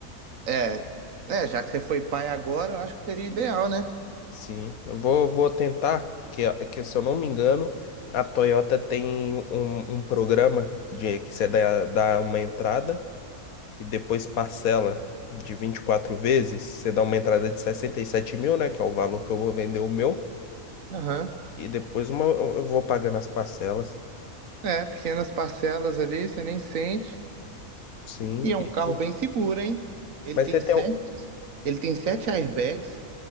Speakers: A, on the right; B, on the left.
A: É, é, já que você foi pai agora, eu acho que seria ideal, né?
B: Sim, eu vou, vou tentar, que, que se eu não me engano, a Toyota tem um, um programa de que você dá, dá uma entrada. e depois parcela de 24 vezes, você dá uma entrada de 67 mil, né? Que é o valor que eu vou vender o meu.
A: Aham.
B: E depois uma, eu vou pagando as parcelas.
A: É, pequenas parcelas ali, você nem sente.
B: Sim.
A: E é
B: e-
A: um carro bem seguro, hein? Ele
B: mas
A: tem
B: você tem.
A: sete,
B: o-
A: ele tem sete airbags,